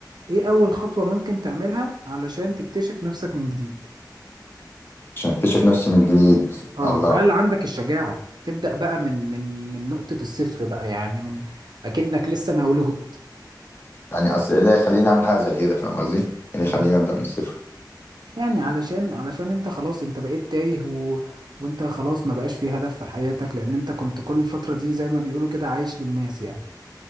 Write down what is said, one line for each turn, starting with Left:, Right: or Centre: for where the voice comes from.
Right: ايه اول خطوة ممكن تعملها علشان تكتشف نفسك من جديد
Left: عشان اكتشف نفسي من جديد
Right: اه
Left: الله
Right: وهل عندك الشجاعة تبدأ بقى من من من نقطة الصفر بقى يعني من اكنك لسه مولود
Left: يعني اصل ايه اللي يخليني اعمل حاجه زي كده فاهم قصدي ايه اللي يخليني
Right: مم.
Left: ابدا من الصفر
Right: يعني علشان علشان انت خلاص انت بقيت تايه و... وانت خلاص ما بقاش في هدف في حياتك لان انت كنت كل الفترة دي زي ما بيقولوا كده عايش للناس يعني